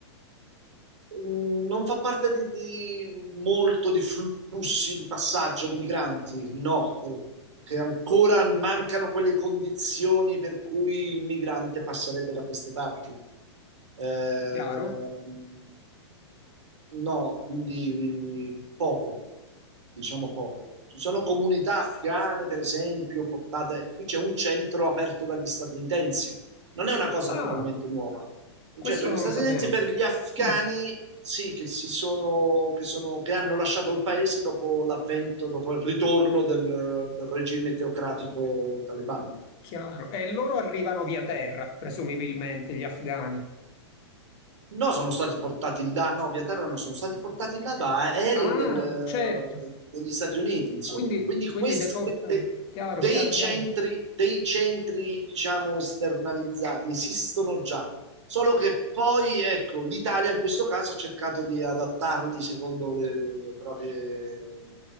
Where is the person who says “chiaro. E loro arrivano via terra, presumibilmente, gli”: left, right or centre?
Left